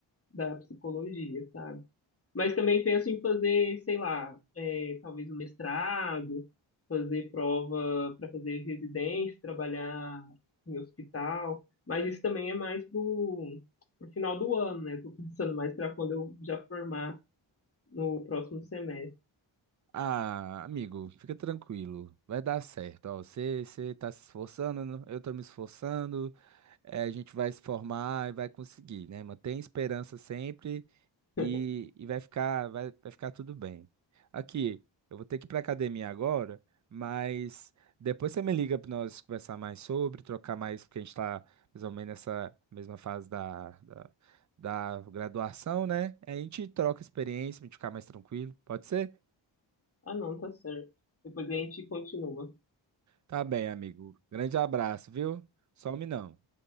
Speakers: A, on the left; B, on the right.
A: da psicologia, sabe? Mas também penso em fazer, sei lá, é, talvez um mestrado, fazer prova para fazer residência, trabalhar em hospital. Mas isso também é mais pro, pro final do ano, né? Tô pensando mais para quando eu já formar no próximo semestre.
B: Ah, amigo, fica tranquilo, vai dar certo. Ó, você, você tá se esforçando, eu tô me esforçando. é, a gente vai se formar e vai conseguir, né? Mantém esperança sempre
A: <laughs>
B: e, e vai ficar, vai, vai ficar tudo bem. Aqui, eu vou ter que ir para academia agora, mas depois você me liga para nós conversar mais sobre, trocar mais, porque a gente está mais ou menos nessa mesma fase da, da, da graduação, né? A gente troca experiência para a gente ficar mais tranquilo, pode ser?
A: Ah, não, tá certo. Depois a gente continua.
B: Tá bem, amigo. Grande abraço, viu? Some não.